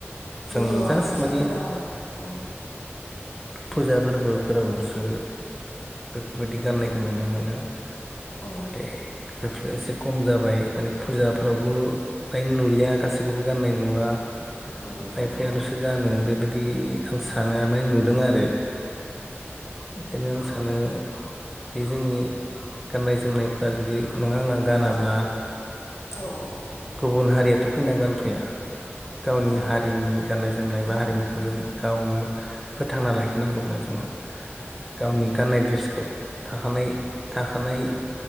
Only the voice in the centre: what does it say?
जों
जास्ट
माने
फुजा फोरबोफोरावल'सो बेफोरबायदि गाननायखौ नुनो मोनो।
<unintelligible> बेफोरो एसे खम जाबाय माने फुजाफोरावबो फ्राय नु लिया गासिखौबो गाननाय नुङा
खायफाया
लसो गानो बेबा दि आं सानो माने नुदों आरो बेंखायनो आं सानो। बे जोंनि गाननाय जोमनायफोरा जुदि नों आंहा गानाब्ला
गुबुन हारियाथ' फैना गानफैया गावनि
हारिनि गाननाय जोमनाय बा हारिमुखौ जों गावनो फोथांना लाखिनांगौब्ला जोङो गावनि गाननाय ड्रेसखौ थाखानाय-थाखानाय